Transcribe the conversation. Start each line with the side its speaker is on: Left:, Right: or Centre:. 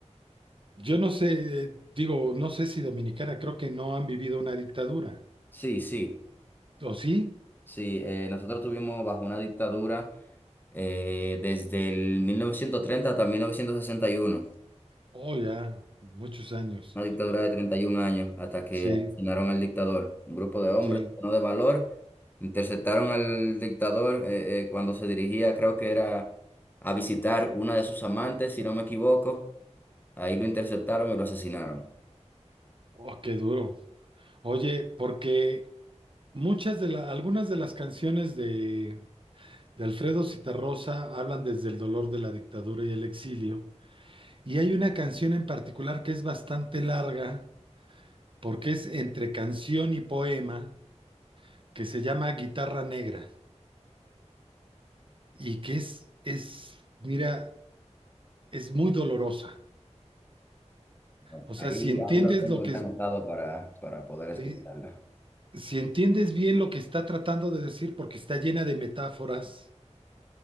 Right: Yo no sé, eh, digo, no sé si dominicana, creo que no han vivido una dictadura.
Left: Sí, sí.
Right: ¿O sí?
Left: Sí, eh, nosotros tuvimos bajo una dictadura eh, desde el 1930 hasta 1961,
Right: Oh, ya, muchos años.
Left: una dictadura de 31 años, hasta que
Right: Sí,
Left: asesinaron al dictador. Un grupo de hombres
Right: sí.
Left: llenos de valor interceptaron al dictador eh, eh, cuando se dirigía, creo que era a visitar una de sus amantes, si no me equivoco. Ahí lo interceptaron y lo asesinaron.
Right: Oh, qué duro. Oye, porque Muchas de la, algunas de las canciones de, de Alfredo Zitarrosa hablan desde el dolor de la dictadura y el exilio. Y hay una canción en particular que es bastante larga, porque es entre canción y poema, que se llama Guitarra Negra, y que es, es, mira, es muy dolorosa.
Left: Bueno,
Right: O sea,
Left: Ahí,
Right: si entiendes
Left: ahí lo tengo
Right: lo que,
Left: ya anotado para, para poder escucharla
Right: eh, si entiendes bien lo que está tratando de decir, porque está llena de metáforas,